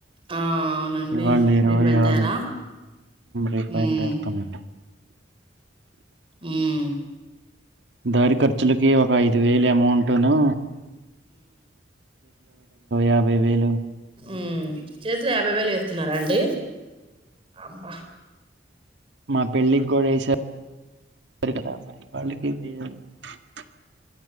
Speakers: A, on the right; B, on the right.
A: ఆ అవునండి
B: ఇవాళ ఇరవై
A: రేపు వెళ్తారా
B: ఆరు రేపాయలు
A: మ్మ్
B: తేరతామండి
A: మ్మ్
B: దయరి కర్చలక వా ఇ ఐదు వేలు అమౌంట్ ను యాభై వేలు
A: ఆ చేలే అభ వెళ్ళ వస్త తన్నారా అండి అబ
B: మత్ <unintelligible> పెళ్లికి గోడైస అారు కదా మరి వాళ్ళకే వేయ <unintelligible>